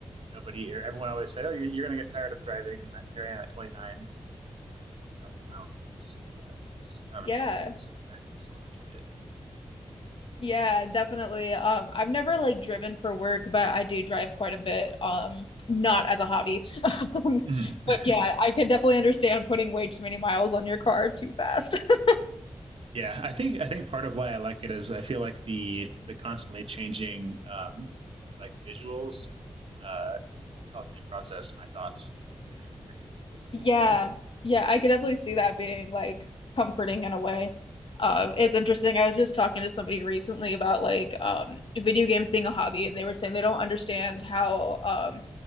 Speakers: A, on the right; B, on the left.
A: nobody or everyone always said, "Oh, you're, you're going to get tired of driving," and here I am at twenty nine. I've driven like one hundred forty thousand miles in those uh, however
B: Yeah.
A: many years, and I, I still enjoy it.
B: Yeah, definitely. Um, I've never like driven for work, but I do drive quite a bit. Um, not as a hobby. <laughs> Um,
A: Mm-hmm.
B: but yeah, I can definitely understand putting way too many miles on your car too fast. <laughs>
A: Yeah, I think I think part of why I like it is I feel like the the constantly changing um, like visuals uh, helps me process my thoughts pretty pretty quickly.
B: Yeah.
A: So
B: Yeah, I could definitely see that being like comforting in a way. Um, it's interesting. I was just talking to somebody recently about like um video games being a hobby, and they were saying they don't understand how um